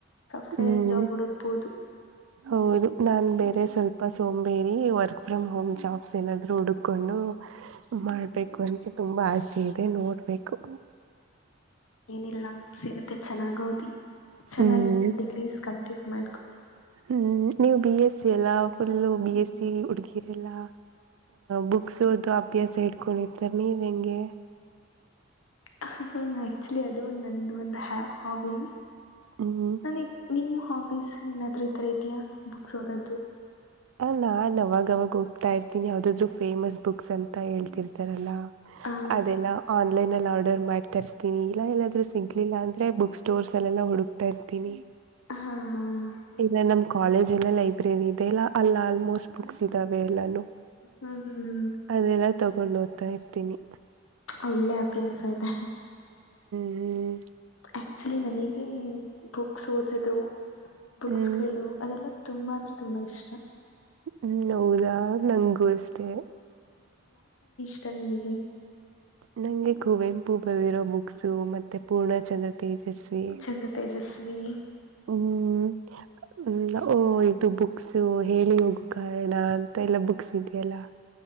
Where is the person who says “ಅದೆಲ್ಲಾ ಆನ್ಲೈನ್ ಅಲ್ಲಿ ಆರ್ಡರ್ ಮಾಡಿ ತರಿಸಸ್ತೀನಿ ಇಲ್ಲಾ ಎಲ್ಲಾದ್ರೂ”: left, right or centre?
Right